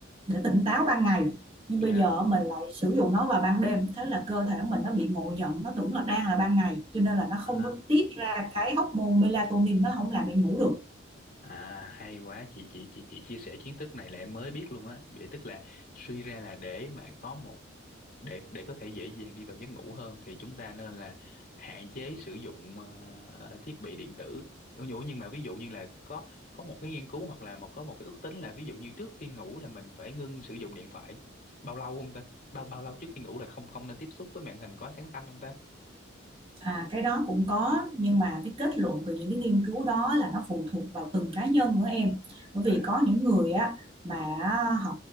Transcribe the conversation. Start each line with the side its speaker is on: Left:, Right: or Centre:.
Right: để tỉnh táo ban ngày nhưng
Left: yeah.
Right: bây giờ mình lại sử dụng nó vào ban đêm thế là cơ thể mình nó bị ngộ nhận nó tưởng là đang là ban ngày cho nên là nó không
Left: à,
Right: có tiết ra cái hormone melatonin nó không làm em ngủ được
Left: à, hay quá chị chị chị chị chia sẻ kiến thức này là em mới biết luôn á. Vậy tức là suy ra là để mà có một để để có thể dễ dàng đi vào giấc ngủ hơn thì chúng ta nên là hạn chế sử dụng ờ, thiết bị điện tử Ừ, nhưng nhưng mà ví dụ như là có có một cái nghiên cứu hoặc là một có một cái ước tính là ví dụ như trước khi ngủ là mình phải ngưng sử dụng điện thoại bao lâu không ta bao bao lâu trước khi ngủ là không không nên tiếp xúc với màn hình có ánh sáng xanh không ta
Right: À, cái đó cũng có nhưng mà cái kết luận từ những cái nghiên cứu đó là nó phụ thuộc vào từng cá nhân nữa em bởi
Left: à
Right: vì có những người á mà họ